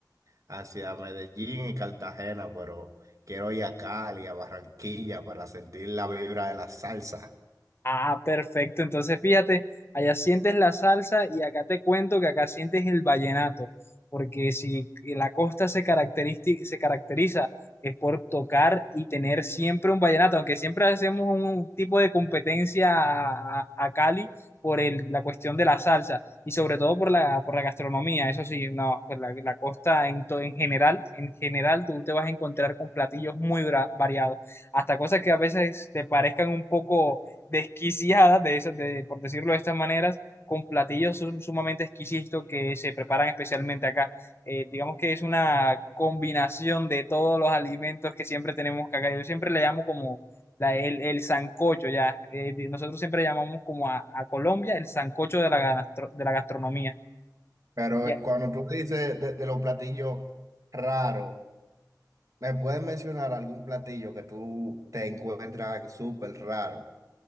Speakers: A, on the right; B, on the left.
A: hacia Medellín y Cartagena, pero quiero ir a Cali, a Barranquilla, para sentir la vibra de la salsa.
B: Ah, perfecto. Entonces, fíjate, allá sientes la salsa y acá te cuento que acá sientes el vallenato, porque si la costa se caracteriza, se caracteriza es por tocar y tener siempre un vallenato, aunque siempre hacemos un tipo de competencia a, a a Cali por el- la cuestión de la salsa y sobre todo por la, por la gastronomía. Eso sí, no, pues la, la costa en, to- en general, en general tú te vas a encontrar con platillos muy bra- variados, hasta cosas que a veces te parezcan un poco desquiciadas, de esas, de, por decirlo de estas maneras, con platillos sum- sumamente exquisitos que se preparan especialmente acá. Eh, digamos que es una combinación de todos los alimentos que siempre tenemos acá. Yo siempre le llamo como la- el, el sancocho, ya. Eh, nosotros siempre llamamos como a, a Colombia el sancocho de la, gastro- de la gastronomía.
A: Pero
B: Y,
A: cuando tú dices de de los platillos raros, ¿Me puedes mencionar algún platillo que tú te encuentras súper raro?